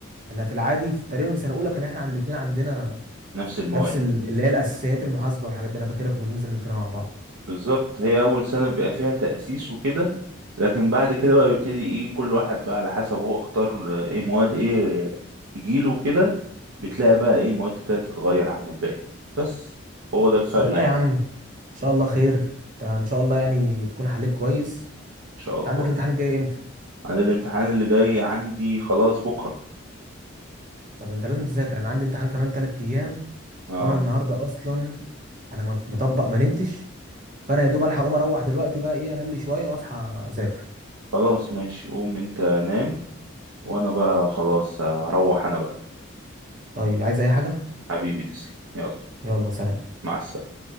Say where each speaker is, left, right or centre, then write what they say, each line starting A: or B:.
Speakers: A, on the right (about 40°); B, on the right (about 85°).
A: احنا في العادي في تقريبا في سنه اولى كان احنا عن الاثنين عندنا
B: نفس المواد
A: نفس ال- اللي هي الاساسيات المحاسبه والحاجات دي انا فاكرها كنا بننزل نذاكرها مع بعض
B: بالظبط هي أول سنة بيبقى فيها تأسيس وكده لكن بعد كده بقى بيبتدي إيه كل واحد بقى على حسب هو اختار إيه مواد إيه تجيله كده بتلاقي بقى إيه المواد ابتدت تتغير عن الباقي بس هو ده الفرق
A: طب لا
B: يعني
A: يا عم ان شاء الله خير انت ان شاء الله يعني تكون حليت كويس
B: إن شاء
A: انت
B: الله
A: عندك الامتحان الجاي امتى
B: أنا الامتحان اللي جاي عندي خلاص بكرة
A: طب انت لازم تذاكر انا عندي امتحان كمان 3 ايام
B: أه
A: وانا النهارده اصلا انا مط- مطبق ما نمتش فانا يا دوب الحق اقوم اروح دلوقتي بقى ايه انام لي شويه واصحى اذاكر
B: خلاص ماشي قوم أنت نام وأنا بقى خلاص هروح أنا بقى
A: طيب عايز اي حاجه
B: حبيبي تسلم يلا
A: يلا سلام
B: مع السلامة